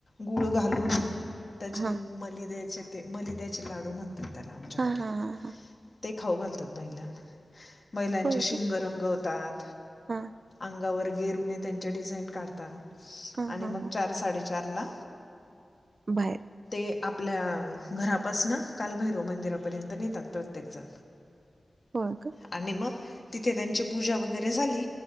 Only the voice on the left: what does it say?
गूळ घालून त्याचे
मलिद्याचे ते मलिद्याचे लाडू म्हणतात. आमच्याकडे
ते खाऊ घालतात बैलाला बैलांचे
शिंग
रंगवतात.
अंगावर येरुने त्यांच्या डिझाईन काढतात
आणि
मग
चार साडेचार ला
ते आपल्या घरापासन कालभैरव मंदिरापर्यंत नेतात प्रत्येकजण
आणि मग तिथे त्यांची पूजा वगैरे झाली